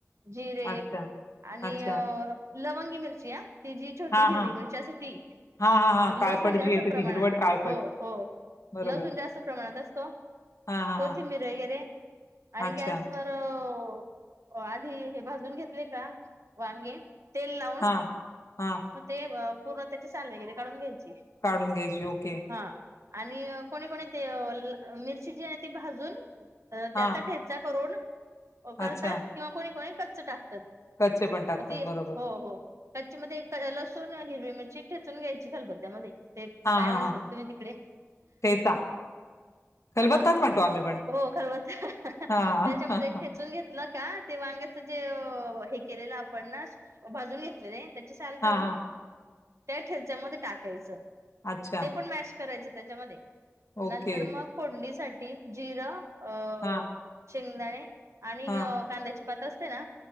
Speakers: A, on the right; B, on the left.
A: जिरे
B: अच्छा,
A: आणि
B: अच्छा.
A: अ लवंगी मिरची आ ती जी छोटी
B: हा
A: हिरवी
B: हा
A: मिरची असते ती
B: हा हा हा
A: लसूण
B: काळपट
A: जास्त
B: जी येते
A: प्रमाणात
B: ती हिरवट काळपट
A: हो हो
B: बरोबर
A: लसूण जास्त प्रमाणात असतो
B: हा हा
A: कोथिंबीर
B: हा
A: वगैरे आणि
B: अच्छा
A: गॅसवर चव आधी हे भाजून घेतले का वांगे तेल लावून
B: हा हा
A: मग ते पूर्ण त्याचे साल वगैरे काढून घ्यायचे
B: काढून घ्यायचे ओके.
A: हा आणि कोणी कोणी ते अ मिरची जी आहे ती भाजून त्याचा
B: हा
A: ठेचा चा करून करतात
B: अच्छा
A: किंवा कोणी कोणी कच्च टाकतात.
B: कच्चे पण टाकतात
A: म ती
B: बरोबर
A: हो हो कच्ची मध्ये क लसूण हिरवी मिरची ठेचून घ्यायची खलबत्यामध्ये ते
B: हा
A: काय
B: हा
A: म्हणतात
B: हा
A: तुम्ही तिकडे
B: ठेचा खलबत्ताच
A: हा
B: म्हणतो आम्ही पण
A: हो खलबत्ता
B: हां
A: त्याच्यामध्ये
B: हां
A: ठेचून घेत तल का ते वांग्याच जे अ हे केलेलं आपण ना भाजून घेतलेले त्याचे साल काढून
B: हां
A: त्या ठेच्यामध्ये टाकायचं
B: अच्छा
A: ते पण मॅश करायच त्याच्यामध्ये
B: ओके
A: नंतर मग फोडणीसाठी जिरं अ
B: हां
A: शेंगदाणे आणि
B: हां
A: अ कांद्याची पात असते ना